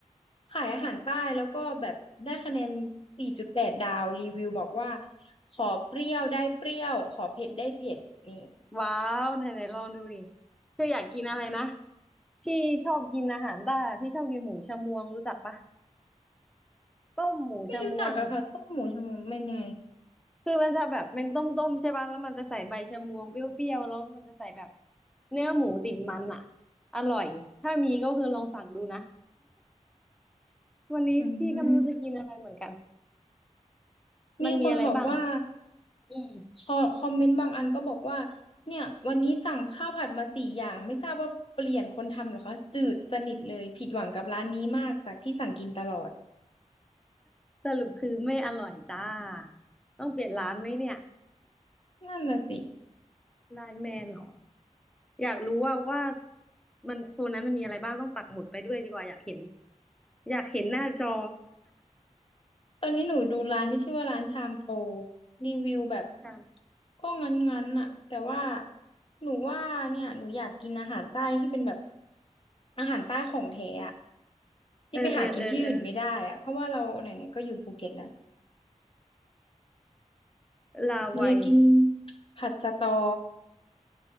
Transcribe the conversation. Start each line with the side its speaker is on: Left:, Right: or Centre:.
Left: ขายอาหารใต้แล้วก็แบบได้คะแนน4.8ดแปดดาวรีวิวบอกว่าขอเปรี้ยวได้เปรี้ยวขอเผ็ดได้เผ็ดนี่
Centre: ว้าวไหนไหนลองดูดิคืออยากกินอะไรนะ พี่ชอบกินอาหารใต้อะพี่ชอบกินหมูชะมวงรู้จักปะ ต้มหมูชะมวง
Left: ไม่รู้จักอะค่ะต้มหมูชะมวไม่นไง
Centre: คือมันจะแบบเป็นต้มๆใช่ปะแล้วมันจะใส่ใบชะมวงเปรี้ยวๆแล้วมันจะใส่แบบเนื้อหมูติดมันอ่ะอร่อยถ้ามีก็คือลองสั่งดูนะ <laughs> วันนี้พี่ก็ไม่รู้จะกินอะไรเหมือนกัน
Left: อืมมีคนบอกว่า
Centre: มันมีอะไรบ้างอ่ะ อืม
Left: คอคอมเมนต์บางอันก็บอกว่าเนี่ยวันนี้สั่งข้าวผัดมาสี่อย่างไม่ทราบว่าเปลี่ยนคนทำเหรอคะจืดสนิทเลยผิดหวังกับร้านนี้มากจากที่สั่งกินตลอด
Centre: สรุปคือไม่อร่อยจ้าต้องเปลี่ยนร้านไหมเนี่ย
Left: นั่นน่ะสิ
Centre: ไลน์แมนเหรออยากรู้ว่าว่ามันโซนนั้นมันมีอะไรบ้างต้องปักหมุดไปด้วยดีกว่าอยากเห็นอยากเห็นหน้าจอ
Left: ตอนนี้หนูดูร้านที่ชื่อว่าร้านชามโปรรีวิวแบบ
Centre: <laughs> ครับ
Left: ก็งั้นๆน่ะแต่ว่าหนูว่าเนี่ยหนูอยากกินอาหารใต้ที่เป็นแบบอาหารใต้ของแท้อะ
Centre: <laughs>
Left: ที่ไปหากินที่อื่นไม่ได้อะเพราะว่าเราไหนๆก็อยู่ภูเก็ตแล้ว
Centre: เออเออเออเออลาวัย
Left: หนูอยากกิน <tsk> ผัดสะตอ